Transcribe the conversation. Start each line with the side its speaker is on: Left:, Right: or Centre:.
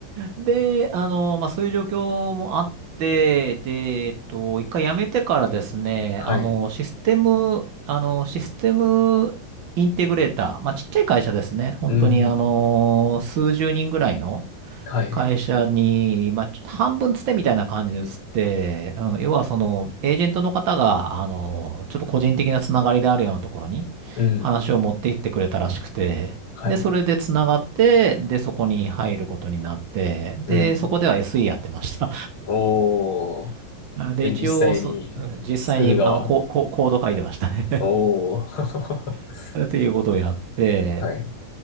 Right: で、あの、まあ、そういう状況もあって、で、えっと、一回辞めてからですね、
Left: はい。
Right: あの、システム、あの、システムインテグレーター、まあ、ちっちゃい会社ですね。本当に、
Left: うん。
Right: あの、数十人ぐらいの、
Left: はい。
Right: 会社に、まあ、ちょっと半分つてみたいな感じで移って、うん、要はその、エージェントの方が、あの、ちょっと個人的なつながりであるようなところに
Left: うん。
Right: 話を持っていってくれたらしくて、
Left: はい。
Right: で、それでつながって、で、そこに入ることになって、
Left: うん。
Right: で、そこでは SE やってました。
Left: おー。
Right: <laughs> あで、
Left: で、
Right: 一応そ、
Left: 実際に作る側。
Right: 実際に、あの、コ、ココード書いてましたね
Left: おー。<laughs>
Right: <laughs> っていうことをやって、
Left: はい。